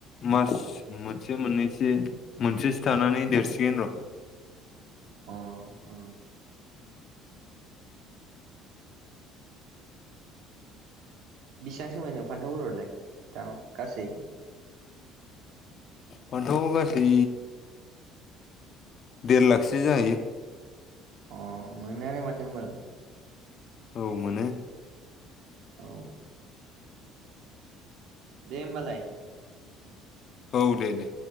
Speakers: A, on the left; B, on the right.
A: मास मोनसे मोननैसो मोनसेसो थानानै देरसिगोन र'
B: अह ओं। बिसांसो मोनो फान्थाव फोरावलाय दा गासै?
A: फान्थावाव गासै देर लाखसो जाहैयो।
B: अह मोनोआनो माथो होनबा नों
A: औ मोनो।
B: औ दे होमबालाय।
A: औ दे दे।